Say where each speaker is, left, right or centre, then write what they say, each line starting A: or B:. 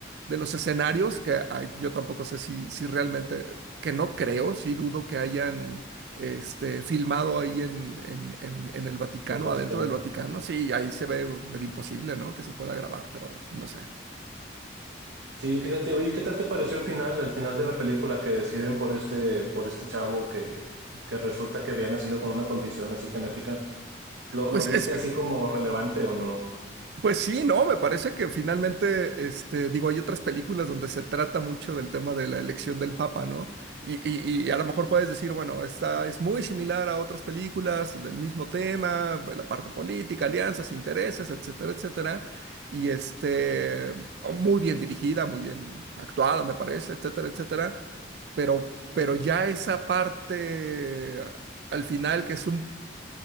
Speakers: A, on the right (about 60°); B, on the right (about 80°).
A: de los escenarios, que hay- yo tampoco sé si, si realmente, que no creo, sí dudo que hayan este, filmado ahí en, en, en, en el Vaticano,
B: en el Vaticano.
A: adentro del Vaticano, sí, ahí se ve medio imposible, ¿no? Que se pueda grabar, pero no sé.
B: Sí, fíjate, oye, ¿qué tal te pareció el final, al final de la película que deciden por este, por este chavo que, que resulta que había nacido con una condición así genética? ¿Lo,
A: Pues
B: lo viste
A: es que
B: así como relevante o no?
A: Pues sí, no, me parece que finalmente, este, digo, hay otras películas donde se trata mucho del tema de la elección del Papa, ¿no? Y, y- y a lo mejor puedes decir, bueno, esta es muy similar a otras películas del mismo tema, la parte política, alianzas, intereses, etcétera, etcétera. Y este, muy bien dirigida, muy bien actuada, me parece, etcétera, etcétera. Pero, pero ya esa parte al final que es un